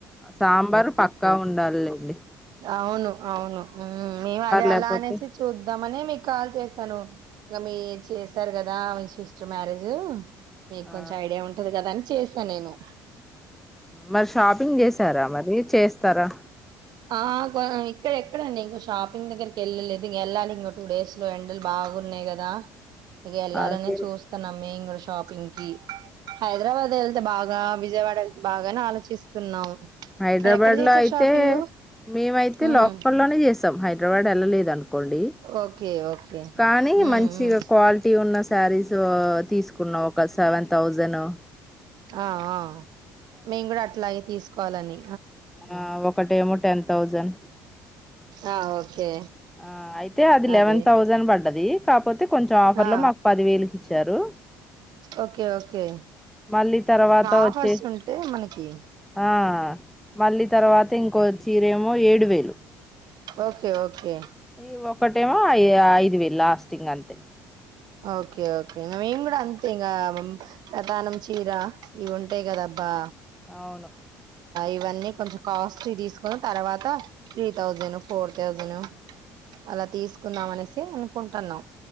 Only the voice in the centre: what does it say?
సాంబారు పక్కా ఉండాలేండి
లేకపోతే
ఆ
మరి షాపింగ్ చేసారా మరి చేస్తారా
అదే
హైదరాబాద్లో
ఐతే
మేమైతే
లోకల్లోనే చేసాం హైద్రబాడ్ ఏళ్లలేదు అనుకోండి
కానీ
మంచిగా
క్వాలిటీ ఉన్న శారీసో తీస్కున్నా ఒక సెవెన్ తౌజను
ఆ ఒకటేమో టెన్ థౌజండ్
ఆ అయితే అది
లెవెన్ థౌజండ్ పడ్డది పోతే కొంచెం ఆఫర్
లో మాకు పది వేలుకి ఇచ్చారు
మళ్ళీ తర్వాత
వచ్చే
ఆ మళ్ళీ తర్వాత ఇంకో చీరేమో ఏడు వేలు
ఈ ఒకక్కటేమో అఐ ఐదు వేలు లాస్టింగ్ అంతే
అవును